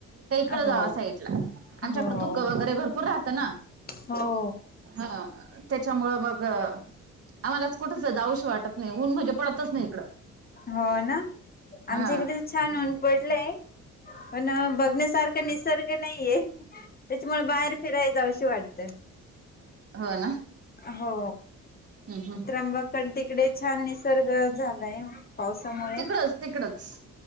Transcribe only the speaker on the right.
त्या इकड जावा
साइडला आमच्याकडें
धुकं वगैरे भरपूर राहतं ना
हा त्याच्यामुळं मग आम्हालाच कुठंस जावस वाटत नाही ऊन म्हणजे पडतच नाही इकडं
हा
हो ना
हम्
त तिकडच